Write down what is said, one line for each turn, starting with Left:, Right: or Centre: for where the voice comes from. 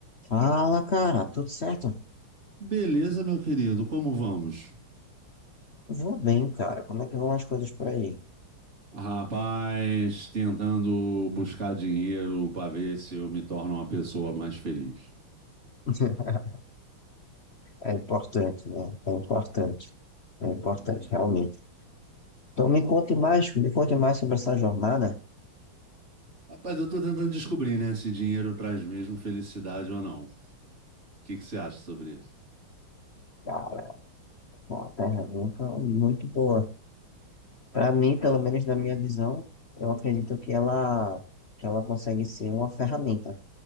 Left: Fala, cara, tudo certo?
Right: Beleza, meu querido, como vamos?
Left: Vou bem, cara. Como é que vão as coisas por aí?
Right: Rapaz, tentando buscar dinheiro para ver se eu me torno uma pessoa mais feliz.
Left: <laughs> É importante, né? É importante. É importante,
Right: Hum.
Left: realmente. Então me conte mais, me conte mais sobre essa jornada.
Right: Rapaz, eu tô tentando descobrir, né, se dinheiro traz mesmo felicidade ou não. O que que você acha sobre isso?
Left: Cara, é uma pergunta muito boa. Para mim, pelo
Right: Olha,
Left: menos na minha visão, eu acredito que ela, que ela consegue ser uma ferramenta,